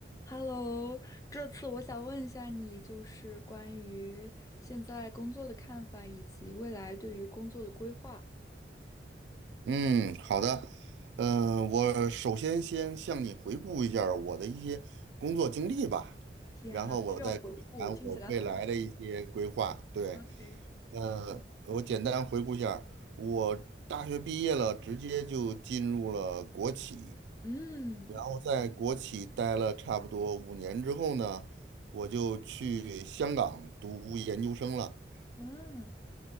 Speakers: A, on the left (about 20°); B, on the right (about 75°).
A: Hello，这次我想问一下你，就是关于现在工作的看法，以及未来对于工作的规划。
B: 嗯，好的。嗯，我首先先向你回顾一下儿我的一些工作经历吧，
A: 天呐，
B: 然后我再谈我未来的一些规划。
A: 还需要回顾，听起来很
B: 对，
A: OK。
B: 呃，我简单回顾一下儿我大学毕业了，直接就进入了国企。
A: 嗯
B: 然后在国企待了差不多五年之后呢，我就去香港读研究生了。
A: 嗯